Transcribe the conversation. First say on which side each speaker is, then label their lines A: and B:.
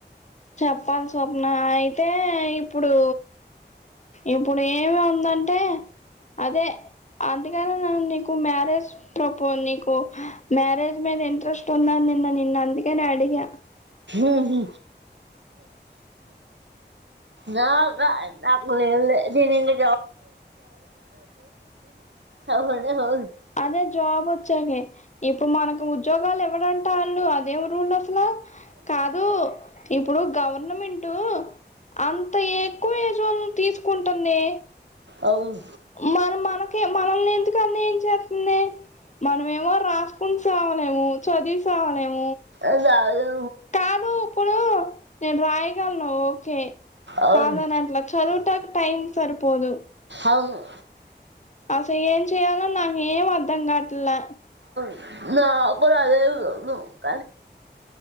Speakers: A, on the left (about 40°); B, on the right (about 75°).
A: చెప్పాలి స్వప్న అయితే ఇప్పుడు ఇప్పుడు ఏమి ఉందంటే అదే అందుకనే నీకు మ్యారేజ్ ప్రపో నీకు మ్యారేజ్ మీద ఇంట్రెస్ట్ ఉంద నిన్న నిన్ను అందుకనే అడిగా
B: ఉహు నా నాకుళ్ళ నీను ఇవ <unintelligible>
A: అదే జాబ్ వచ్చాకే ఇప్పుడు మనకు ఉద్యోగాలు ఇవ్ వడంట వాళ్ళు అదేం రూల్ అసలా కాదు ఇప్పుడు గవర్నమెంట్ అంత ఎక్కువ తీసుకుంటుంది
B: అవును
A: మరి మనక్ కే మనల్ని ఎందుకు అన్యాయం చెత్తంది మనమేమో రాసుకుని సవలేము చదివి సవలేము
B: అది అవ్వదు
A: కాదు ఇప్పుడు నేను రాయగలను ఓకే
B: అవును
A: కాదనట్లా చదువుటాకి టైమ్ సరిపోదు
B: అవును
A: అసలు ఏం చెయ్యాలో నాకు ఏం అర్థం కాట్లా
B: <unintelligible>